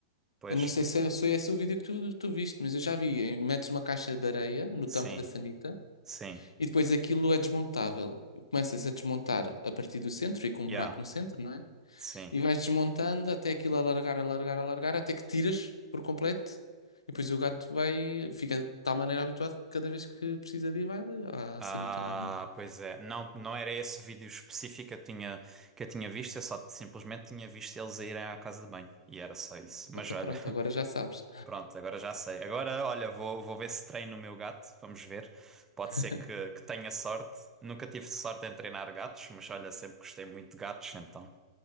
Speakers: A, on the right (about 15°); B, on the left (about 85°).
A: Pois,
B: Eu não sei se é, se é esse o vídeo que tu, tu viste, mas eu já vi. Em- Metes uma caixa de areia no
A: sim,
B: tampo da sanita
A: sim,
B: e depois aquilo é desmontável. Começas a desmontar a partir do centro, e com
A: yeah,
B: um buraco no centro, não é?
A: sim.
B: E vais desmontando até aquilo alargar, alargar, alargar, até que tiras por completo. E depois o gato vai, fica de tal maneira habituado que cada vez que precisa de ir, vai à
A: Ah,
B: sanita normal.
A: pois é. Não, não era esse vídeo específico que eu tinha, que eu tinha visto, eu só simplesmente tinha visto eles a irem à casa de banho. E era só isso. Mas
B: Então
A: olha,
B: pronto, agora
A: <laughs>
B: já sabes.
A: pronto, agora já sei. Agora, olha, vou, vou ver se treino o meu gato, vamos ver. Pode
B: <laughs>
A: ser que, que tenha sorte. Nunca tive sorte em treinar gatos, mas olha, sempre gostei muito de gatos, então.